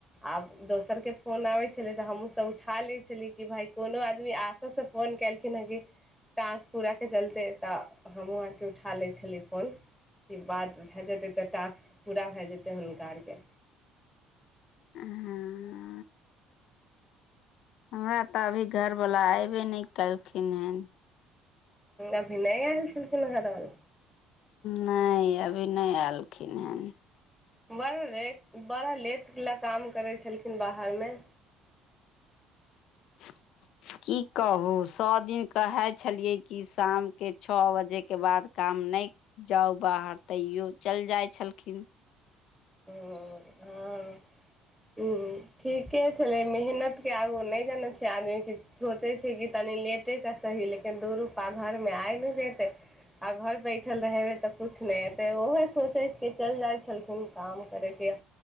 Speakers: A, in the centre; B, on the left.
A: आब दोसरके फोन आबै छलै तऽ हमहूँसब उठा लै छलियै कि भाय कोनो आदमी आपस मे। फोन कैलखिन हँ कि टास्क पूरा करके चलते तऽ हमहुँ आरके उठा लै छली फोन। कि बात भे जेतै तऽ टास्क पूरा भे जेतै हुनका आरके।
B: हं। हमरा तऽ अभी घरवला ऐबे नै केलखिन हेन।
A: अभिनै एल छलखिन घरवला?
B: नै अभी नै एलखिन हैं।
A: बड़ लेट बड़ा लेट लैय काम करै छलखिन बाहरमे।
B: <inaudible> कि कहू सौ दिन कहै छैलियै कि शामके छ बजेके बाद काम नै जाउ बाहर तैयो चैल जाइ छलखिन।
A: आ <unintelligible> हां हूहू ठीके छलै मेहनत के आगू नै जानै छियै आदमीकेँ सोचै छै कि ताले लेटेक सही लेकिन दू रुपा घरमे आइ ने जेतै। आ घर बैठल रहेबै तऽ कुछ नै एतै ओहू सोचै के चैल जाइत छलखिन काम करैत या